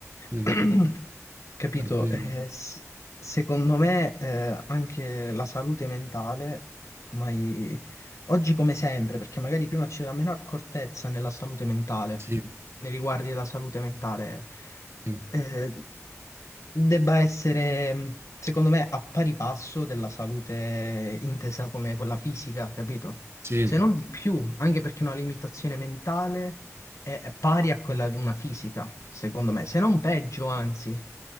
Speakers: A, on the right; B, on the left.
A: sì,
B: <clears throat> Capito?
A: davvero.
B: Eh, s- secondo me eh, anche la salute mentale, ma Oggi come sempre, perché magari prima c'era meno accortezza nella salute mentale,
A: Sì,
B: nei riguardi della salute mentale,
A: sì,
B: eh, debba essere, mh, secondo me, a pari passo della salute intesa come quella fisica, capito?
A: sì.
B: Se non di più, anche perché una limitazione mentale è è pari a quella di una fisica, secondo me, se non peggio, anzi.